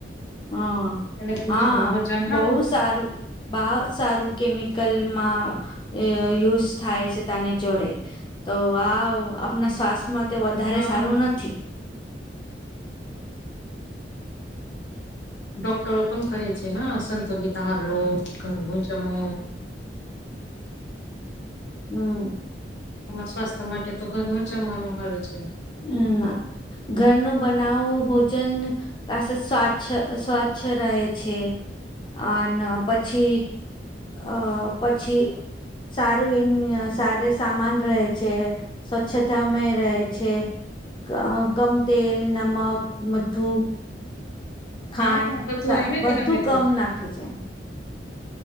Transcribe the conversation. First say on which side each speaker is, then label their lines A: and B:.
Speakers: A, on the left (about 25°); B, on the left (about 85°).
A: હા
B: એટલે
A: હા
B: ઘરનું ભોજન હારું
A: બહુ સારું. બહુ સારું કેમિકલમાં યુઝ થાય છે તની જોડે. તો આ આપણા સ્વાસ્થ્યમાં તે વધારે
B: હા
A: સારું નથી.
B: ડોક્ટરો પણ કહે છે ને સંતોલિત આહાર લો ઘરનું જમો
A: હમ્મ
B: એમાં સ્વાસ્થ્ય માટે તો ઘરનું જમવાનું હારું છે.
A: હમ ઘર નુ બનાવો ભોજન ખાસુ સ્વચ્છ સ્વચ્છ રહે છે અને પછી અ પછી સારું સામાન રહે છે, સ્વચ્છતામાં રહે છે. અ કમ તેલ, નમક, મીઠ્ઠું ખાંડ
B: હા બધું આઈ ને
A: બધું
B: તેના મેં તો
A: કમ નાખે છે.